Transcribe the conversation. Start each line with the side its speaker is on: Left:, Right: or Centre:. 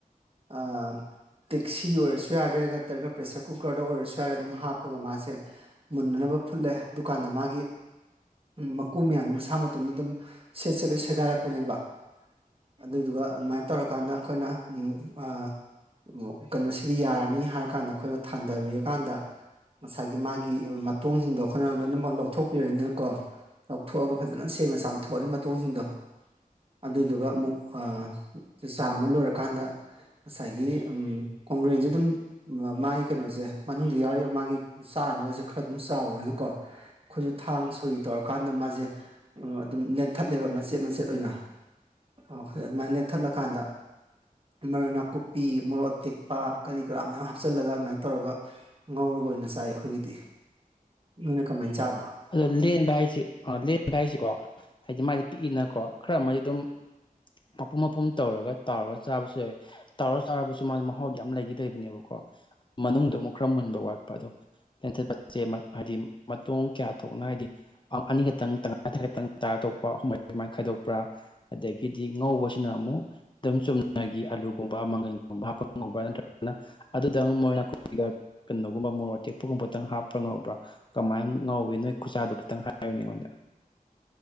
Right: ꯑꯥ ꯇꯦꯛꯁꯤ ꯑꯣꯏꯔꯁꯨ ꯌꯥꯔꯦ ꯅꯠꯇ꯭ꯔꯒ ꯄ꯭ꯔꯦꯁꯔ ꯀꯨꯀꯔꯗ ꯑꯣꯏꯔꯁꯨ ꯌꯥꯔꯦ ꯑꯗꯨꯝ ꯍꯥꯞꯄꯒ ꯃꯥꯁꯦ ꯃꯨꯟꯅꯅꯕ ꯐꯨꯠꯂꯦ ꯑꯗꯨꯀꯥꯟꯗ ꯃꯥꯒꯤ ꯃꯀꯨ ꯃꯌꯥꯝꯗꯨ ꯃꯁꯥ ꯃꯇꯣꯝꯇ ꯑꯗꯨꯝ ꯁꯦꯠ ꯁꯦꯠꯂꯣꯏ ꯁꯦꯒꯥꯏꯔꯛꯄꯅꯦꯕ ꯑꯗꯨꯗꯨꯒ ꯑꯗꯨꯃꯥꯏꯅ ꯇꯧꯔꯀꯥꯟꯗ ꯑꯩꯈꯣꯏꯅ ꯎꯝ ꯑꯥ ꯀꯩꯅꯣꯁꯤꯗꯤ ꯌꯥꯔꯅꯤ ꯍꯥꯏꯔꯀꯥꯟꯗ ꯑꯩꯈꯣꯏꯅ ꯊꯥꯡꯗꯕꯤꯔꯀꯥꯟꯗ ꯉꯁꯥꯏꯒꯤ ꯃꯥ ꯒꯤ ꯃꯇꯣꯡꯖꯤꯡꯗꯣ ꯑꯩꯈꯣꯏꯅ ꯂꯣꯏꯅꯃꯛ ꯂꯧꯊꯣꯛꯄꯤꯔꯅꯤꯅꯀꯣ ꯂꯧꯊꯣꯛꯑꯒ ꯐꯖꯅ ꯁꯦꯡꯅ ꯆꯥꯝꯊꯣꯛꯑꯅꯤ ꯃꯇꯣꯡꯁꯤꯡꯗꯣ ꯑꯗꯨꯗꯨꯒ ꯑꯃꯨꯛ ꯑꯥ ꯆꯥꯝꯕ ꯂꯣꯏꯔꯀꯥꯟꯗ ꯉꯁꯥꯏꯒꯤ ꯎꯝ ꯀꯣꯡꯒ꯭ꯔꯦꯡꯖꯦ ꯑꯗꯨꯝ ꯃ ꯃꯥꯒꯤ ꯀꯩꯅꯣꯖꯦ ꯃꯅꯨꯡꯗ ꯌꯥꯎꯔꯤꯕ ꯃꯥꯒꯤ ꯆꯥꯅꯅꯕꯖꯦ ꯈꯔ ꯑꯗꯨꯝ ꯆꯥꯎꯕꯅꯤꯅꯀꯣ ꯑꯩꯈꯣꯏꯖꯨ ꯊꯥꯡ ꯁꯣꯔꯤ ꯇꯧꯔꯀꯥꯟꯗ ꯃꯥꯖꯦ ꯎꯝ ꯑꯗꯨꯝ ꯂꯦꯟꯊꯠꯂꯦꯕ ꯃꯆꯦꯠ ꯃꯆꯦꯠ ꯑꯣꯏꯅ ꯑꯣ <unintelligible> ꯂꯦꯟꯊꯠꯂꯀꯥꯟꯗ ꯃꯔꯣꯏ ꯅꯥꯀꯨꯞꯄꯤ ꯃꯣꯔꯣꯛ ꯑꯇꯦꯛꯄ ꯀꯔꯤ ꯀꯔꯥ ꯃꯌꯥꯝ ꯍꯥꯞꯆꯜꯂꯒ ꯑꯗꯨꯃꯥꯏ ꯇꯧꯔꯒ ꯉꯧꯔꯒ ꯑꯣꯏꯅ ꯆꯥꯏ ꯑꯩꯈꯣꯏꯒꯤꯗꯤ ꯅꯣꯏꯅ ꯀꯃꯥꯏꯟ ꯆꯥꯕ
Left: ꯑꯗꯣ ꯂꯦꯟꯕ ꯍꯥꯏꯁꯤ ꯑ ꯂꯦꯟꯕ ꯍꯥꯏꯁꯤꯀꯣ ꯍꯥꯏꯗꯤ ꯃꯥꯗꯤ ꯄꯤꯛꯏꯅꯀꯣ ꯈꯔ ꯑꯃꯗꯤ ꯑꯗꯨꯝ ꯃꯄꯨꯝ ꯃꯄꯨꯝ ꯇꯧꯔꯒ ꯇꯥꯎꯔꯒ ꯆꯥꯕꯁꯨ ꯌꯥꯏ ꯇꯥꯎꯔꯥ ꯆꯥꯔꯕꯁꯨ ꯃꯥꯗꯤ ꯃꯍꯥꯎꯗꯤ ꯌꯥꯝ ꯂꯩꯗꯤ ꯂꯩꯕꯅꯦꯕꯀꯣ ꯃꯅꯨꯡꯗ ꯑꯃꯨꯛ ꯈꯔ ꯃꯨꯟꯕ ꯋꯥꯠꯄ ꯑꯗꯣ ꯂꯦꯟꯊꯠꯄꯁꯦ ꯍꯥꯏꯗꯤ ꯃꯇꯣꯡ ꯀꯌꯥ <unintelligible> ꯑꯥ ꯑꯅꯤ ꯈꯇꯪ ꯇꯪꯈꯥꯏ ꯇꯪꯈꯥꯏ ꯈꯇꯪ ꯇꯥꯔ ꯇꯣꯛꯄ꯭ꯔꯥ ꯑꯍꯨꯝ ꯃꯔꯤ ꯑꯗꯨꯃꯥꯏꯅ ꯈꯥꯏꯗꯣꯛꯄ꯭ꯔꯥ ꯑꯗꯒꯤꯗꯤ ꯉꯧꯕꯁꯤꯅ ꯑꯃꯨꯛ ꯑꯗꯨꯝ ꯆꯨꯝꯅꯒꯤ ꯑꯂꯨꯒꯨꯝꯕ ꯃꯪꯒꯟꯒꯨꯝꯕ ꯍꯥꯞꯄꯒ ꯉꯧꯕ꯭ꯔꯥ ꯅꯠꯇ꯭ꯔꯒꯅ ꯑꯗꯨꯇꯪ ꯃꯔꯣꯏ ꯅꯥꯀꯨꯞꯄꯤꯒ ꯀꯩꯅꯣꯒꯨꯝꯕ ꯃꯣꯔꯣꯛ ꯑꯇꯦꯛꯄꯒꯨꯝꯕꯇꯪ ꯍꯥꯞꯄ꯭ꯔꯥ ꯉꯧꯕ꯭ꯔꯥ ꯀꯃꯥꯏꯟ ꯉꯧꯋꯤ ꯅꯣꯏ ꯈꯨꯆꯥꯥꯗꯣ ꯈꯤꯇꯪ ꯍꯥꯏꯌꯨꯅꯦ ꯑꯩꯉꯣꯟꯗ